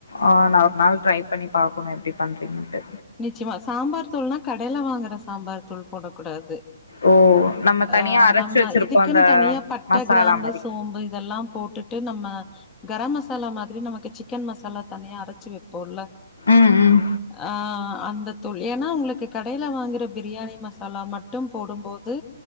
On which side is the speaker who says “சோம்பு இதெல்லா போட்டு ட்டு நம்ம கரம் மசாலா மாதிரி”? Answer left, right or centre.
Left